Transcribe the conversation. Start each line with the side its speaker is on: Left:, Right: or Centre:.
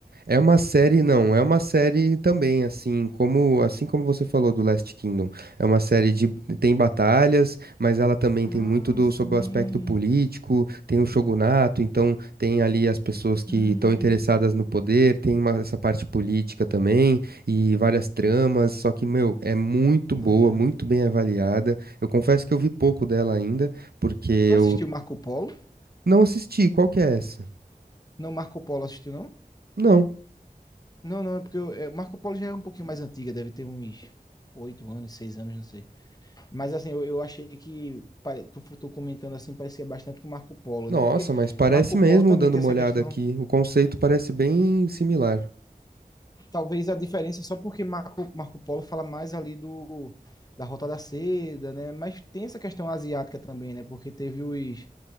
Right: É uma série, não, é uma série também, assim como, assim como você falou do Last Kingdom. É uma série de tem batalhas, mas ela também
Left: Ah,
Right: tem muito do
Left: sim.
Right: sobre o aspecto político, tem o shogunato, então tem ali as pessoas que
Left: Hum,
Right: estão interessadas no poder, tem uma- essa parte política também e várias tramas, só que, meu, é muito boa,
Left: tô ligado.
Right: muito bem avaliada. Eu confesso que eu vi pouco dela ainda, porque eu
Left: Tu assistiu Marco Polo?
Right: não assisti. Qual que é essa?
Left: Não, Marco Polo assistiu, não?
Right: Não.
Left: Não, não, é porque eu, é, Marco Polo já é um pouquinho mais antiga, deve ter uns oito anos, seis anos, não sei. Mas assim, eu, eu achei que, pare- tu, tu comentando assim, parecia bastante com Marco Polo,
Right: Nossa,
Left: né? Porque
Right: mas parece
Left: Marco
Right: mesmo,
Left: Polo também
Right: dando
Left: tem
Right: uma
Left: essa
Right: olhada
Left: questão.
Right: aqui. O conceito parece bem similar.
Left: Talvez a diferença é só porque Marco, Marco Polo fala mais ali do, da Rota da Seda, né? Mas tem essa questão asiática também, né? Porque teve os.